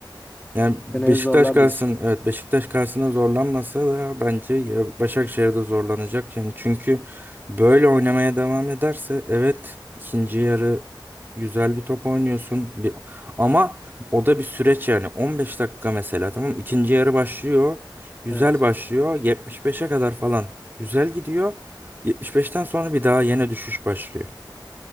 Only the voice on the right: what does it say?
Yani Beşiktaş
karşısında
evet Beşiktaş karşısında zorlanmasa da bence ya Başakşehir'de zorlanacak. Yani çünkü böyle oynamaya devam ederse evet ikinci yarı güzel bir top oynuyorsun bir, ama o da bir süreç yani 15 dakika mesela tamam mı? ikinci yarı başlıyor güzel
başlıyor yetmiş beşe kadar falan güzel gidiyor Yetmiş beşten sonra bir daha yine düşüş başlıyor.